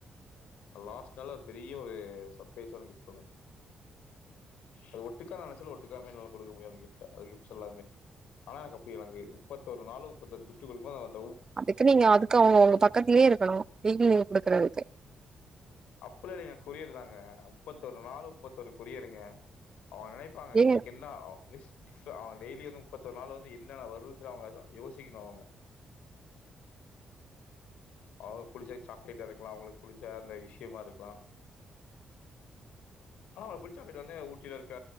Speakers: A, on the left; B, on the right.
A: லாஸ்ட் நாளு ஒரு பெரிய ஒரு சர்ப்ரைஸ் ஆன கிஃப்ட் ஒண்ணு இருக்கு அது ஒட்டுக்கா நெனைச்சாலு ஒட்டுக்காவுமே என்னால குடுக்க முடியாது அந்த கிஃப்ட் அ அந்த கிஃப்ட்ஸ் எல்லாமே ஆனா எனக்கு <unintelligible> முப்பத்தொரு நாளு முப்பத்தொரு கிஃப்ட் குடுக்கும்போது அவ அத
B: அதுக்கு நீங்க அதுக்கு அவுங்க ஒங்க பக்கத்லயே இருக்கணு வீக்லி நீங்க குடுக்குறதுக்கு
A: அப்புலா இலங்க கொரியர் தாங்க முப்பத்தொரு நாலு முப்பத்தொரு கொரியருங்க அவுங்க நெனைப்பாங்க
B: ஏங்க
A: இன்னைக்கென்னா மிஸ் அவுக டெய்லி வந்து முப்பத்தொரு நாள் வந்து என்னென வரு அவுங்க யோசிக்கணு அவுங்க அவ புடுச்ச சாக்லேட்ட இருக்கலா அவுங்களுக் புடுச்ச அந்த விஷ்யமா இருக்லா ஆனா அவளுக்புடுச்சாக்லேட் வந்து ஊட்டில இருக்க